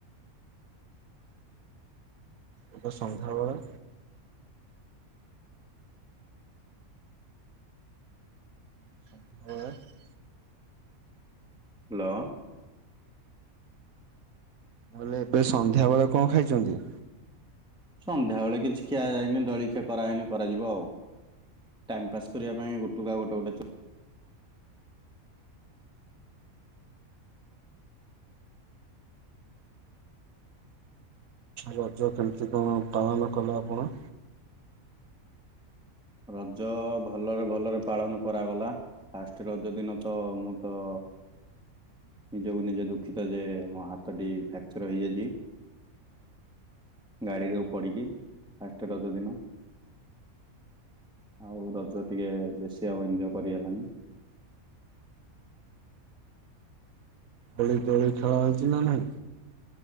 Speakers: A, on the right (about 75°); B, in the centre.
A: ଏକ ସଂନ୍ଧ୍ୟାବେଳ। <inaudible>
B: ହ୍ୟାଲୋ
A: ମୁ କହିଲି ଏବେ ସନ୍ଧ୍ୟା ବେଳେ କଣ ଖାଇଛନ୍ତି?
B: ସନ୍ଧ୍ୟା ବେଳେ କିଛି ଖିଆ ଯାଇନି ଦଳିଖିଆ କରାହେଇନି କରାଯିବ ଆଉ ଟାଇମ ପାସ୍ କରିବା ପାଇଁ ଗୁଟୁକା ଗୋଟେ ଗୋଟେ ଚ
A: ରଜ କେମିତି କଣ ପାଳନ କଲେ ଆପଣ?
B: ରଜ ଭଲରେ ଭଲରେ ପାଳନ କରାଗଲା। ଫାଷ୍ଟ ରଜ ଦିନ ତ ମୁଁ ତ ନିଜକୁ ନିଜେ ଦୁଃଖିତ ଯେ ମୋ ହାତଟି ଫ୍ରାକ୍ଚର ହେଇଯାଇଛି। ଗାଡିରୁ ପଡ଼ିକି ଫାଷ୍ଟ ରଜ ଦିନ। ଆଉ ରଜ ଟିକେ ବେଶୀ ଆଉ ଏନଜୟ କରି ହେଲଣି।
A: ପୁଣି ଦୋଳି ଖେଳ ହଉଛି ନା ନାଇଁ